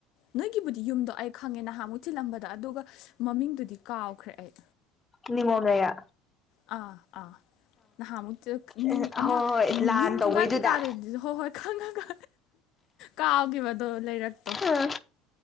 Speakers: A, on the left; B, on the left.
A: ꯅꯣꯏꯒꯤꯕꯨꯗꯤ ꯌꯨꯝꯗꯣ ꯑꯩ ꯈꯪꯉꯦ ꯅꯍꯥꯟ ꯃꯨꯛ ꯊꯤꯜꯂꯝꯕꯗ ꯑꯗꯨꯒ ꯃꯃꯤꯡꯗꯨꯗꯤ ꯀꯥꯎꯈ꯭ꯔꯦ ꯑꯩ
B: ꯅꯤꯡꯃꯒꯌꯥ
A: ꯑꯥ ꯑꯥ ꯅꯍꯥꯟꯃꯨꯛꯇ
B: ꯎꯝ
A: ꯑꯃ
B: ꯍꯣꯏ ꯍꯣꯏ ꯂꯥꯟ
A: ꯌꯨꯝ
B: ꯇꯧꯕꯩꯗꯨꯗ
A: ꯊꯣꯡꯒꯥꯟ ꯀꯩꯀꯥꯗꯗꯤ ꯍꯣꯏ ꯍꯣꯏ ꯈꯪꯉ ꯀꯥꯎꯈꯤꯕꯗꯣ ꯂꯩꯔꯛ
B: ꯑꯝ